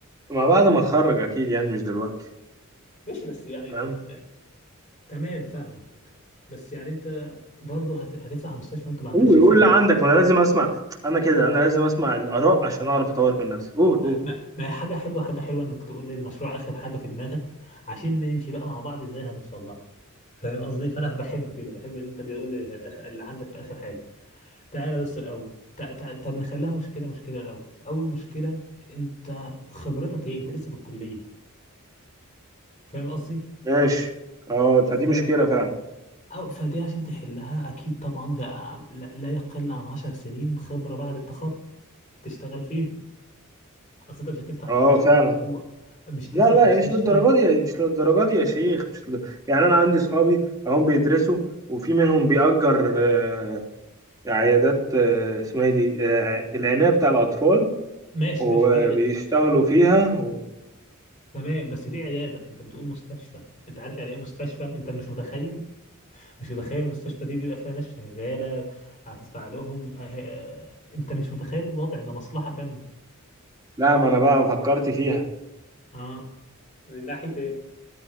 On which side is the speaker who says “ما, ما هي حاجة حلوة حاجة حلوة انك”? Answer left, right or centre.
Left